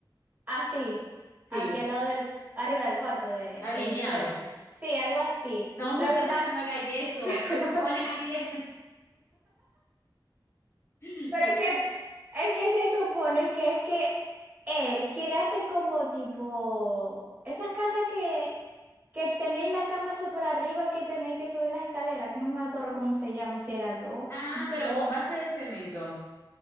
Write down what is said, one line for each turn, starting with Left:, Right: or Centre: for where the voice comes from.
Right: así,
Left: Sí,
Right: aquí al lado del, arriba del cuarto de,
Left: alineado.
Right: de mi suegra. Sí, algo así.
Left: No, muchachas,
Right: Lo que pasa.
Left: no haga eso.
Right: <laughs>
Left: Se supone que, que ya- <laughs>
Right: Pero
Left: No
Right: es que,
Left: sé.
Right: es que se supone que es que él quiere hacer como tipo esas casas que, que tenéis la cama súper arriba que tenéis que subir las escaleras. No me acuerdo cómo se llama, si era lo,
Left: Ah, pero
Right: lo,
Left: con base de cemento.